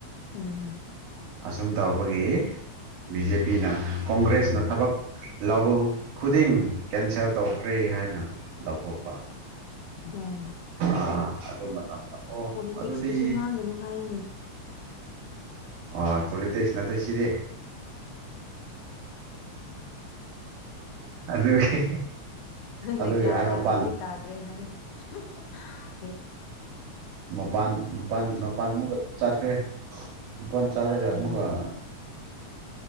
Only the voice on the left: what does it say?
ꯎꯝ
ꯎꯝ
ꯄꯣꯂꯤꯇꯤꯛꯁꯀꯤꯁꯨ
ꯉꯥꯡꯒꯅꯨ ꯍꯥꯏꯅꯦ
ꯅꯣꯏꯅ
ꯒ꯭ꯌꯥꯟ
ꯇꯥꯗ꯭ꯔꯗꯤ
ꯇꯥꯗ꯭ꯔꯦ ꯍꯥꯏꯌꯨ ꯍꯥ ꯍꯦ
ꯎꯝ